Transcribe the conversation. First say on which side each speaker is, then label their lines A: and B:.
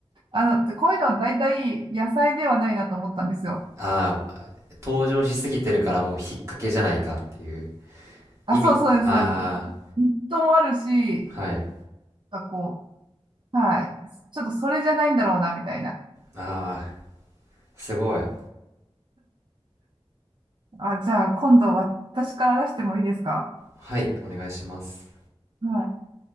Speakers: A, on the right; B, on the right.
A: あの、こういうのは大体野菜ではないなと思ったんですよ。
B: ああー、登場しすぎてるからもう引っ掛けじゃないかっていう
A: あ、
B: 意味。
A: そうそうです、
B: あ
A: そうです。ネットもあるし、
B: あ、はい。
A: なんかこう、はい。ちょっとそれじゃないんだろうな、みたいな。
B: ああ、すごい。
A: あ、じゃあ、今度私から出してもいいですか
B: はい、お願いします。
A: はい。